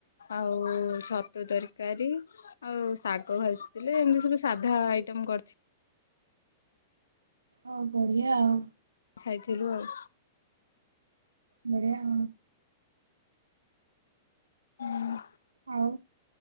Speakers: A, on the left (about 75°); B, on the right (about 85°).
A: ଆଉ ଛତୁ ତରକାରୀ ଆଉ ଶାଗ ଭାଜିଥିଲେ ଏମିତି ସବୁ ସାଧା ଆଇଟମ କରିଥିଲେ।
B: ହଁ ବଢିଆ ଆଉ।
A: ଖାଇଥିଲୁ ଆଉ।
B: ବଢିଆ।
A: <unintelligible>
B: ଆଉ